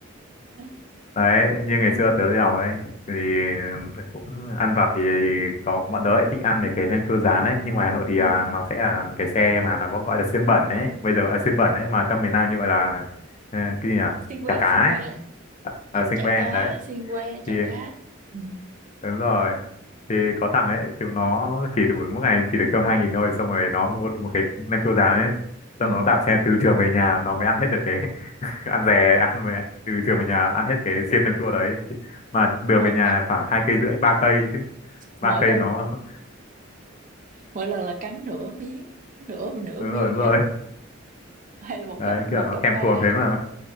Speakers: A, on the right; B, on the left.
A: Đó.
B: đấy như ngày xưa tớ đi học ấy thì cũng ăn vặt thì có bọn tớ lại thích ăn mấy cái nem chua rán ấy nhưng ngoài Hà Nội thì
A: ừ.
B: à, nó sẽ là cái xe mà nó gọi là xiên bẩn ấy bây giờ gọi là xiên
A: ừ.
B: bẩn ấy mà trong miền Nam như gọi là ờ, cái gì nhỉ
A: xiên que
B: chả cá
A: xiên
B: ấy
A: que
B: ở
A: ừ
B: xiên
A: chả
B: que
A: cá
B: đấy
A: xiên que chả
B: thì
A: cá ừ.
B: đúng rồi thì có thằng ấy chúng nó chỉ đủ mỗi ngày chỉ được cho hai nghìn thôi xong rồi nó mua được một cái nem chua rán ấy xong
A: Ừ.
B: nó đạp xe từ trường về nhà nó mới ăn hết được cái cứ ăn dè ăn về từ trường về nhà ăn hết cái xiên nem chua đấy mà đường
A: Ủa,
B: về nhà là khoảng hai cây rưỡi ba cây chứ ba
A: mỗi
B: cây
A: lần
B: nó <laughs>
A: mỗi lần là cắn nửa miếng nửa nửa
B: đúng
A: viên
B: rồi đúng
A: hay,
B: rồi
A: hay là một
B: đấy
A: gấp một
B: kiểu nó
A: gấp
B: thèm
A: ba
B: thuồng thế mà